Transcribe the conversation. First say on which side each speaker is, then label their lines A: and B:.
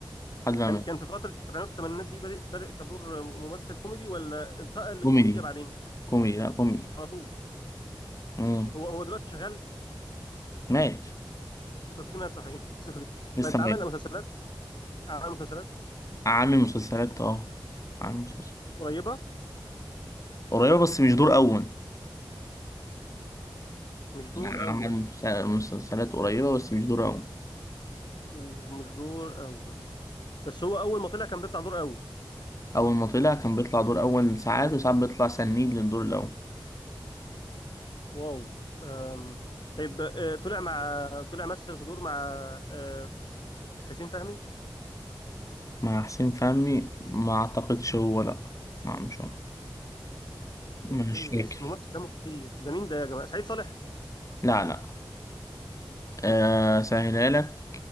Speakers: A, on the left; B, on the left.
A: لحد ما
B: كان
A: مات.
B: كان في فترة السبعينات والثمانينات دي بدأ بدأ كدور ممثل كوميدي ولا انتقل للكوميديا
A: كوميدي
B: بعدين
A: كوميدي لا كوميدي
B: على طول
A: مم.
B: هو هو دلوقتي شغال
A: مات
B: انت قلت لي مات صحيح <laughs> سوري
A: لسه
B: طيب
A: ميت
B: عمل مسلسلات عمل مسلسلات
A: عامل مسلسلات اه عامل مسلسلات
B: قريبه
A: قريبة بس مش دور أول
B: مش
A: يعني
B: دور اول
A: عامل مس- مسلسلات قريبة بس مش دور أول
B: ومش دور اول بس هو اول ما طلع كان بيطلع دور اول
A: أول ما طلع كان بيطلع دور أول ساعات وساعات بيطلع سنيد للدور الأول
B: واو أم. طيب آه، طلع مع طلع مثل في دور مع آه، حسين فهمي
A: مع حسين فهمي ما أعتقدش هو لأ لا مش هو مش
B: اوكي
A: فاكر
B: بس ممثل دمه خفيف ده مين ده يا جماعه سعيد صالح
A: لا لا أه سهلها لك